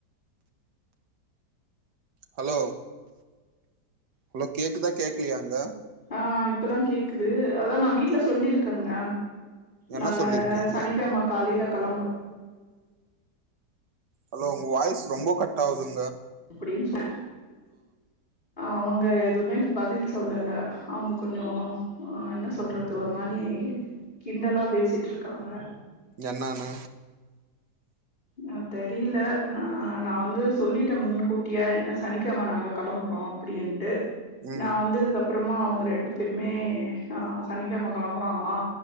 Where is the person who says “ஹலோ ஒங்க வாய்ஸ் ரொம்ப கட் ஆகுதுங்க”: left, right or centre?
Right